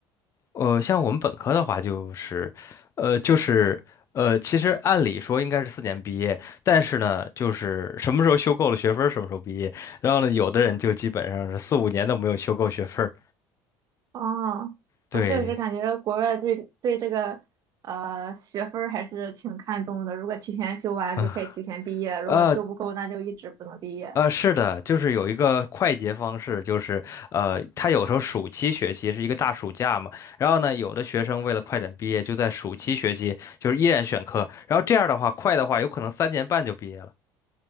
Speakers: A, on the left (about 40°); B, on the right (about 55°).
A: 呃，像我们本科的话就是，呃，就是呃，其实按理说应该是四年毕业，但是呢，就是什么时候修够了学分儿什么时候毕业，然后呢，有的人就基本上是四五年都没有修够学分儿，
B: 哦，
A: 对。
B: 我确实感觉国外对对这个呃学分儿还是挺看重的，如果提前修完就可以提前毕业，
A: <laughs>
B: 如果修不够那就一直不能毕业。
A: 啊，呃，是的，就是有一个快捷方式，就是呃，他有时候暑期学期是一个大暑假嘛，然后呢，有的学生为了快点毕业，就在暑期学期就是依然选课，然后这样的话，快的话有可能三年半就毕业了。